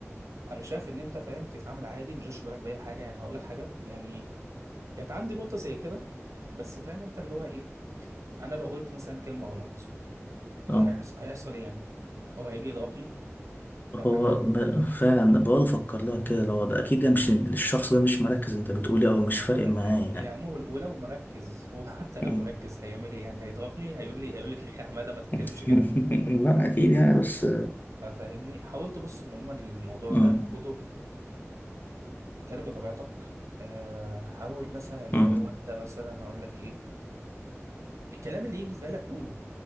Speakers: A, on the right; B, on the left.
A: انا شايف ان انت فاهم تتعامل عادي مش هشبه بالك باي حاجه يعني هقول لك حاجه يعني كانت عندي نقطه زي كده بس فاهم انت اللي هو ايه انا لو قلت مثلا كلمه غلط هيحصل
B: آه.
A: هيحصل ايه يعني هو هيجي يضربني فاهم
B: هو
A: حاجه
B: ب- فعلا بقعد افكر لها كده لو ده اكيد ده مش الشخص ده مش مركز انت بتقولي او مش
A: هقول
B: فارق
A: لك
B: معاه يعني
A: يعني هو ولو مركز هو <laughs> حتى لو
B: مم.
A: مركز هيعمل ايه يعني هيضربني هيقول لي هيقول لك يا اخي حماده ما تتكلمش
B: <laughs>
A: كده
B: لا أكيد يعني بس
A: فاهمني حاولت ابص ان عموما الموضوع
B: مم.
A: ده خده اتكلم بطبيعتك آه، حاول مثلا اللي
B: مم.
A: هو انت مثلا هقول لك ايه الكلام اللي يجي في بالك قوله